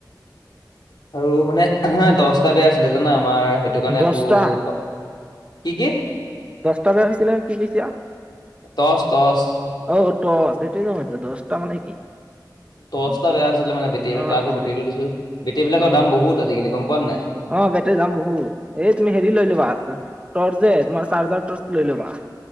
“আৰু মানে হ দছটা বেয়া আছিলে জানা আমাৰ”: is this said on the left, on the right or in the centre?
Left